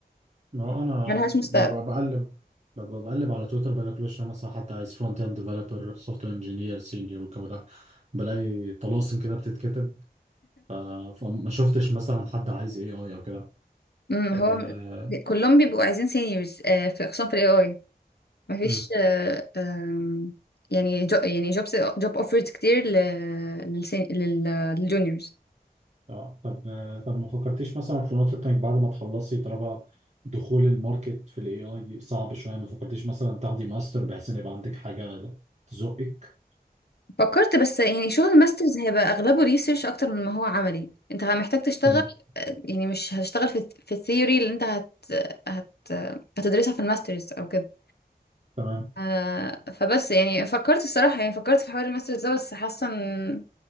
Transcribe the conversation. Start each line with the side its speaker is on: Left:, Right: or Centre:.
Right: ما هو انا
Left: ملهاش مستقبل
Right: ببقى بقلب ببقى بقلب على تويتر بلاقي كل شويه مثلا حد عايز فرونت اند ديفلوبر سوفت وير انجينير سينيور والجو ده بلاقي طلاسم كده بتتكتب ف- فما شفتش مثلا حد عايز اي اي او كده
Left: امم هو
Right: آه،
Left: م- كلهم بيبقوا عايزين seniors آه، في خصوصا في ال AI مفيش
Right: أمم.
Left: آه، آم، يعني جو يعني jobs job offers كتير لل للجونيورز
Right: آه، طب آه، طب ما فكرتيش مثلا في نقطه انك بعد ما تخلصي طالما دخول الماركت في الاي اي صعب شويه ما فكرتيش مثلا تاخدي ماستر بحيث ان يبقى عندك حاجه تزقك
Left: فكرت بس يعني شغل الماسترز هيبقى أغلبه ريسيرش أكتر من ما هو عملي انت محتاج تشتغل
Right: تمام
Left: يعني مش هتشتغل في في الثيوري اللي انت هت... هت... هتدرسها في الماسترز أو كده
Right: تمام
Left: آه فبس يعني فكرت الصراحة يعني فكرت في حوار الماسترز ده بس حاسة ان